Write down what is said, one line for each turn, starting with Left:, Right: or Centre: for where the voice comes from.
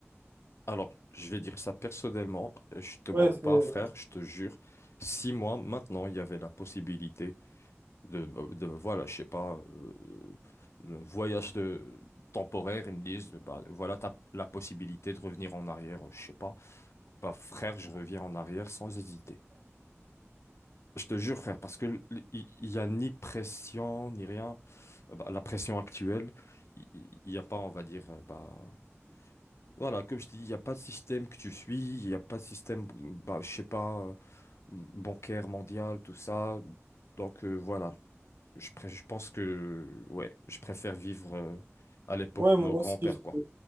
Left: Alors, je vais dire ça personnellement, je te mens
Right: Ouais,
Left: pas,
Right: c'est-
Left: frère, je te jure. Si moi, maintenant, il y avait la possibilité de, de voilà, je sais pas, euh, le voyage de, temporaire, ils me disent, bah voilà, t'as la possibilité de revenir en arrière, je sais pas. Bah frère, je reviens en arrière sans hésiter. Je te jure, frère, parce que il n'y a ni pression, ni rien. Euh, bah, la pression actuelle, il n'y a pas, on va dire, euh, bah, voilà, comme je te dis, il n'y a pas de système que tu suis, il n'y a pas de système, bah, je sais pas, euh, bancaire mondial, tout ça. Donc, euh, voilà, je, pré- je pense que, ouais, je préfère vivre euh, à l'époque
Right: ouais,
Left: de
Right: moi
Left: nos grands-pères,
Right: aussi.
Left: quoi.